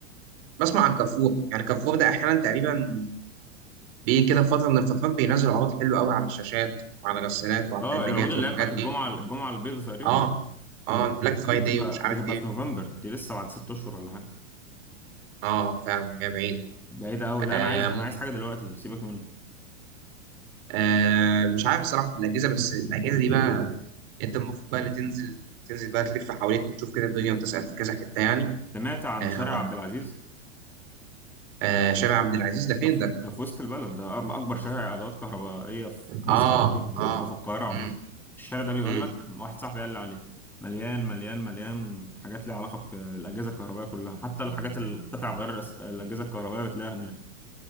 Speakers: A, on the right; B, in the centre.
A: بسمع عن كارفور يعني كارفور ده احيانا تقريبا بيجي كده فتره من الفترات بينزل عروض حلوه قوي على الشاشات وعلى الغسالات وعلى
B: اه
A: الثلاجات
B: العروض اللي
A: والحاجات
B: هي بتاعت الجمعه
A: دي
B: الجمعه البيضاء تقريبا
A: اه اه بلاك فرايداي
B: دي بتبقى
A: ومش عارف
B: بتبقى
A: ايه
B: في نوفمبر دي لسه بعد ست اشهر ولا حاجه
A: اه فعلا هي بعيد
B: بعيدة أوي لا
A: آه
B: أنا عايز أنا عايز حاجة دلوقتي سيبك منه
A: آه مش عارف الصراحه في الاجهزه بس الاجهزه دي بقى انت المفروض بقى اللي تنزل تنزل بقى تلف حواليك وتشوف كده الدنيا وتسال في كذا حته يعني
B: سمعت عن
A: آه,
B: شارع عبد العزيز
A: آه شارع عبد العزيز ده فين
B: ده في...
A: ده؟
B: ده في وسط البلد ده أم- أكبر شارع عدوات كهربائية في مصر
A: اه
B: تقريبا يعني
A: اه
B: أو في القاهرة عامة
A: امم
B: الشارع ده بيقول
A: امم
B: لك واحد صاحبي قال لي عليه مليان مليان مليان حاجات ليها علاقة بالأجهزة الكهربائية كلها حتى الحاجات القطع غير الأس- الأجهزة الكهربائية بتلاقيها هناك